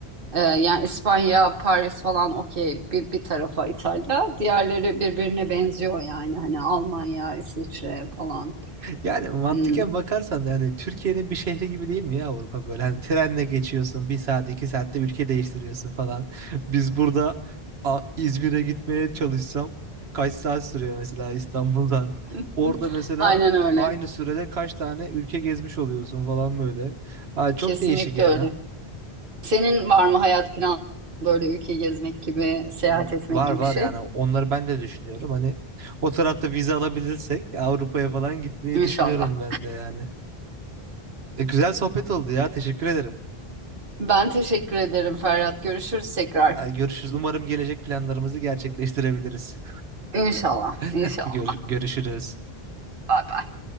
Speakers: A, on the right (about 60°); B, on the right (about 80°).
A: Ee, yani İspanya, Paris falan okey bir, bir tarafa İtalya. Diğerleri birbirine benziyor yani. Hani Almanya, İsviçre falan.
B: Yani mantıken
A: Hmm.
B: bakarsan da yani Türkiye'nin bir şehri gibi değil mi ya Avrupa böyle hani trenle geçiyorsun bir saat iki saatte ülke değiştiriyorsun falan. <laughs> Biz burada a- İzmir'e gitmeye çalışsam kaç saat sürüyor mesela İstanbul'dan.
A: <laughs>
B: Orada mesela
A: Aynen öyle.
B: aynı sürede kaç tane ülke gezmiş oluyorsun falan böyle. Ha, çok
A: Kesinlikle
B: değişik ya.
A: öyle. Senin var mı hayat planı böyle ülke gezmek gibi, seyahat
B: V-
A: etmek
B: Var
A: gibi
B: var
A: bir şey?
B: yani onları ben de düşünüyorum. Hani o tarafta vize alabilirsek Avrupa'ya falan gitmeyi
A: İnşallah.
B: düşünüyorum ben de yani. E, güzel sohbet oldu ya. Teşekkür ederim.
A: Ben teşekkür ederim Ferhat. Görüşürüz tekrar.
B: Ay, Görüşürüz. Umarım gelecek planlarımızı gerçekleştirebiliriz.
A: İnşallah.
B: <laughs>
A: İnşallah.
B: Gör- görüşürüz.
A: Bye bye.